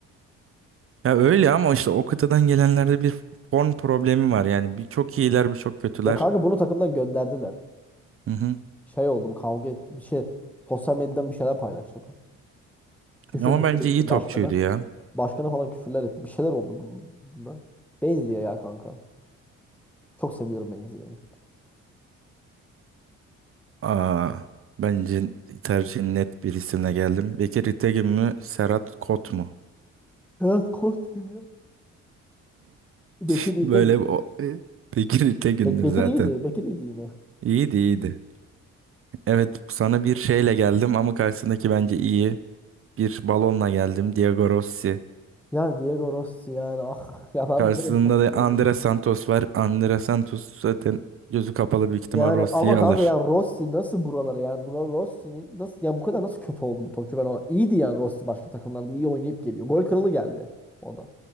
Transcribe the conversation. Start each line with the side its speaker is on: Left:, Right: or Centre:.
Right: ya öyle ama işte o kıtadan gelenlerde bir form problemi var yani bir çok iyiler bir çok kötüler.
Centre: Ya kanka bunu takımdan gönderdiler.
Right: Hı hı.
Centre: Şey oldu bu kavga etti. Bir şey sosyal medyadan bir şeyler paylaştı bu. Küfür
Right: Ama
Centre: müfür
Right: bence
Centre: etti
Right: iyi topçuydu
Centre: başkana.
Right: ya.
Centre: Başkana falan küfürler etti. Bir şeyler oldu bunda. Benziyor ya kanka. Çok seviyorum Benzia'yı.
Right: Aa, bence tercihin net bir isimle geldim. Bekir İtegün mü Serhat Kot mu?
Centre: Evet Kostim ya. Bekir
Right: <laughs>
Centre: Üzdemir.
Right: Böyle bir o... e, Bekir İtegün'dür
Centre: Bek Bekir
Right: zaten.
Centre: iyiydi. Bekir iyiydi yine.
Right: İyiydi iyiydi. Evet, sana bir şeyle geldim ama karşısındaki bence iyi. Bir balonla geldim. Diego Rossi.
Centre: Yani Diego Rossi yani ah ya ben
Right: Karşısında
Centre: böyle bir top
Right: da
Centre: görmedim.
Right: Andre Santos var. Andre Santos zaten gözü kapalı büyük ihtimal
Centre: Yani
Right: Rossi'yi
Centre: ama kanka
Right: alır.
Centre: ya Rossi nasıl buralara yani buna Rossi'nin nasıl ya bu kadar nasıl kötü oldu bu topçu ben ona. İyiydi yani Rossi başka takımlarda iyi oynayıp geliyor. Gol kralı geldi o da.